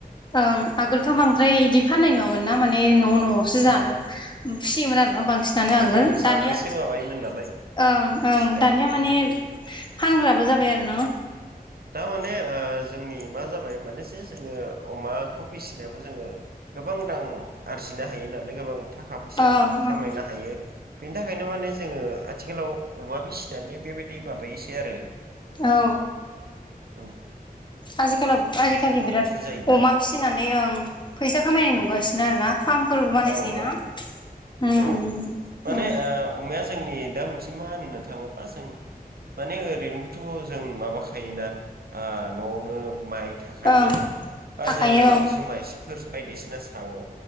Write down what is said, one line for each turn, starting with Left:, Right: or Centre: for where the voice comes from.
Left: उ आगोलथ' बांद्राय बिदि फाननाय नङामोन ना माने न' न'आवसो जानो
Right: औ
Left: फिसियोमोन आरो ना बांसिनानो
Right: गोदो
Left: आगोल
Right: जानोसो
Left: दानिया
Right: माबायोमोन नालाय
Left: ओं ओं
Right: फिखायोमोन
Left: दानिया माने फानग्राबो जाबाय आरो ना
Right: दारमाने ओ जोंनि मा जाबाय माने जे जोङो अमाखौ फिसिनायाबो जोङो गोबां रां आरजिनो हायो नालाय गोबां थाखा फैसा
Left: ओं ओं
Right: खामायनो हायो बेनि थाखायनो माने जोङो आथिखालाव अमा फिसिनानै बेबायदि माबायोसै आरो
Left: औ
Right: औ
Left: आजिखालाव आजिखालि
Right: गोबां मददबो
Left: बिराद
Right: जायोना
Left: अमा फिसिनानै ओं फैसा खामायनाय नुगासिनो आरो ना फार्मफोरबो बानायसै
Right: औ
Left: ना
Right: औ
Left: उम
Right: औ
Left: उम
Right: माने
Left: उम
Right: ओ अमाया जोंनि दा मोनसे मा होननो थाङोबा जों माने ओरैनोबोथ' जों माबाखायोना आ न'आवनो माइ थाखायो
Left: ओं
Right: बा
Left: थाखायो
Right: जोङो
Left: औ
Right: जुमाय सिफोर बायदिसिना सावो।